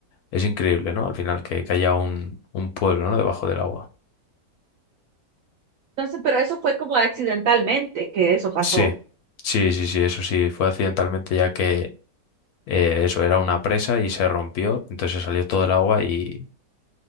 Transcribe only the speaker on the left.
es increíble, ¿no? Al final, que, que haya un, un pueblo, ¿no? Debajo del agua.
Sí, sí, sí, sí, eso sí, fue accidentalmente ya que eh, eso era una presa y se rompió, entonces salió todo el agua y,